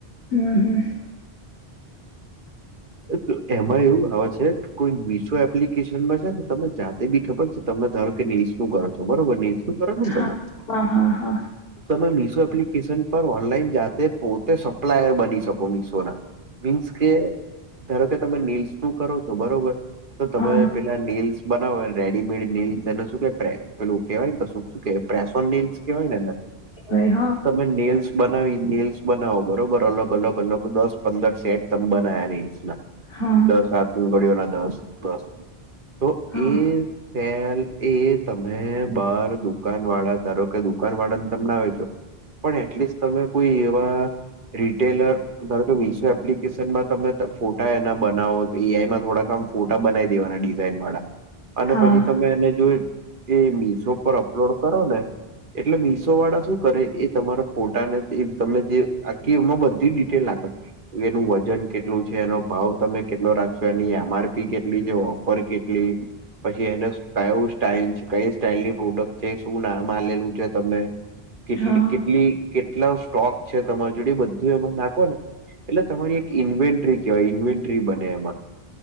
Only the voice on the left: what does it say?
હમ હમ
હા
હા હા હા
હા
કહેવાય.
હા
હા,
હા, હા,
હા,